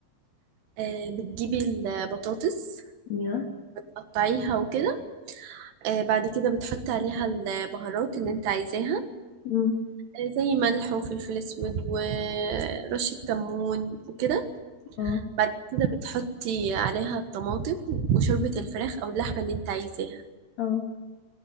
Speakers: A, on the right (about 70°); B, on the left (about 45°).
A: آه بتجيبي البطاطس
B: ايوه
A: قطعيها وكده آه بعد كده بتحطي عليها البهارات اللي انت عايزاها
B: مم.
A: آه زي ملح وفلفل اسود ورشة كمون وكده
B: اه
A: بعد كده بتحطي عليها الطماطم وشوربة الفراخ أو اللحمة اللي انت عايزاها
B: اه